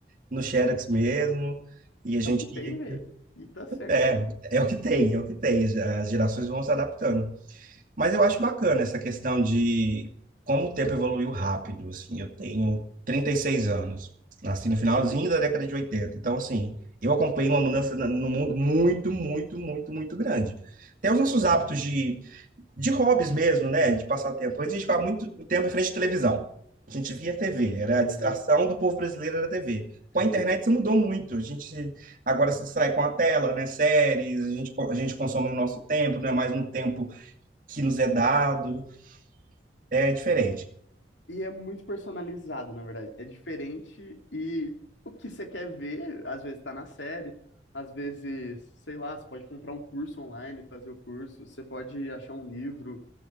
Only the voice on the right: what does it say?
no Xerox mesmo, e a gente
ia
É, é o que tem, é o que tem. As gerações vão se adaptando. Mas eu acho bacana essa questão de como o tempo evoluiu rápido, assim, eu tenho 36 anos, nasci no finalzinho
da década de oitenta então, assim, eu acompanhei uma mudança na- no mundo muito, muito, muito, muito grande. Até os nossos hábitos de, de hobbies mesmo, né, de passar tempo, antes a gente ficava muito tempo em frente à televisão, a gente via TV, era
a distração do povo brasileiro era a TV.
Com a
internet isso mudou muito, a gente agora se distrai com a tela, né, séries, a gente, a gente consome no nosso tempo, não é mais no tempo que nos é dado, é diferente.